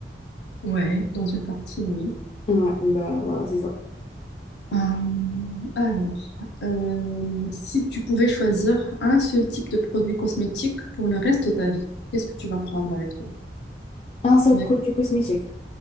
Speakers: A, on the left; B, on the left.
A: ouais, dans une partie, oui.
B: Ouais, bah voilà, c'est ça.
A: Hum, alors, euh, si tu pouvais choisir un seul type de produit cosmétique pour le reste de ta vie, qu'est-ce que tu vas prendre avec toi?
B: Un seul
A: Bien,
B: produit cosmétique,